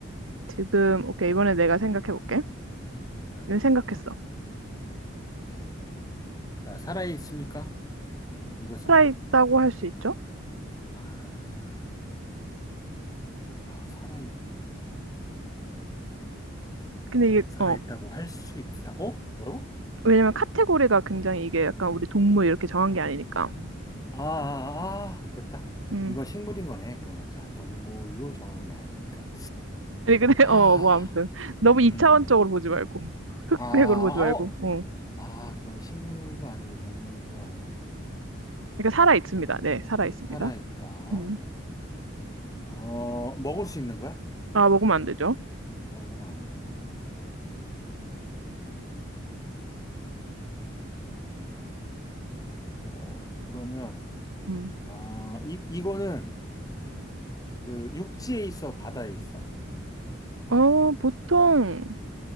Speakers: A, on the right; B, on the left.
A: 지금, 오케이. 이번에 내가 생각해볼게.
B: 어,
A: 지금 생각했어.
B: 오케이. 자, 살아있습니까? 이것은?
A: 살아있다고 할 수 있죠?
B: 아 아, 살아있,
A: 근데 이게,
B: 살아있다고
A: 어,
B: 할 수 있다. 어? 뭐라고?
A: 왜냐면 카테고리가 굉장히 이게 약간 우리 동물 이렇게 정한
B: 아,
A: 게 아니니까.
B: 아, 아, 아, 됐다.
A: 음.
B: 이건 식물인 거네. 그러면 자, 동물로 정한 게 아니니까.
A: 아니, 근데, <laughs>
B: 아,
A: 어, 뭐 아무튼.
B: 음,
A: 너무 이차원적으로 보지 말고. 흑백으로
B: 아, 아,
A: 보지 말고.
B: 어,
A: 어.
B: 아, 그럼 식물도 아니고 동물도 아니고
A: 그러니까 살아있습니다. 네, 살아있습니다.
B: 살아있다.
A: 음.
B: 어, 먹을 수 있는 거야?
A: 아, 먹으면 안 되죠?
B: 먹으면 안 되는 거야. 어, 그러면
A: 음.
B: 아, 이 이거는 그 육지에 있어, 바다에 있어?
A: 어, 보통